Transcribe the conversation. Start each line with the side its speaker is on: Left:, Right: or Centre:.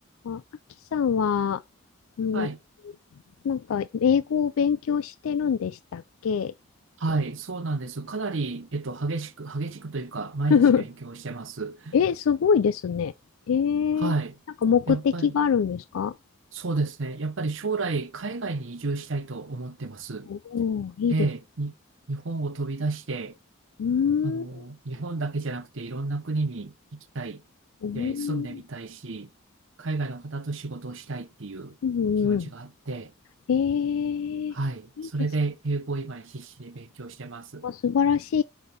Left: あ、あきさんは、あの、
Right: はい。
Left: なんか、英語を勉強してるんでしたっけ
Right: はい。そうなんです。かなり、えっと、激しく、激しくというか、毎日勉強してます。
Left: <laughs> え、すごいですね。えー、
Right: はい。
Left: なんか目的があるんですか
Right: やっぱり、そうですね。やっぱり将来、海外に移住したいと思ってます。
Left: おー、いいです。
Right: ええ、に、日本を飛び出して、
Left: うーん。
Right: あの、
Left: う
Right: 日本だけじゃなくて、いろんな国に行きたい。
Left: ーん。
Right: で、住んでみたいし、海外の方と仕事をしたいっていう気持ちがあって、
Left: うんうん。えー、
Right: はい。
Left: いいです。
Right: それで、英語を今必死で勉強してます。
Left: あ、素晴らし